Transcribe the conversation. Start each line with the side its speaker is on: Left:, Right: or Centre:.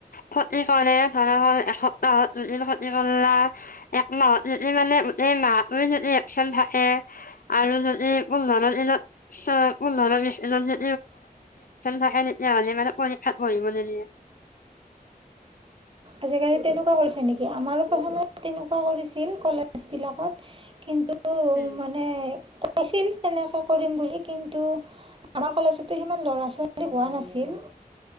Left: ক্ষতি কৰে, ধৰা হল এসপ্তাহত দুদিন ক্ষতি কৰলা। এক মাহত যদি মানে গোটেই মাহটোৱে যদি একচন থাকে। <unintelligible> <unintelligible> থাকে তেতিয়াহ'লে মানে পৰীক্ষা কৰিবলৈ দিয়ে। <inaudible>
Right: আজিকালি তেনেকুৱা কৰিছে নেকি? আমাৰো প্ৰথমত তেনেকুৱা কৰিছিল কলেজ বিলাকত। কিন্তু
Left: উম
Right: মানে কৈছিল তেনেকে কৰিম বুলি কিন্তু আমা কলেজতো সিমান ল'ৰা ছোৱালী হোৱা নাছিল।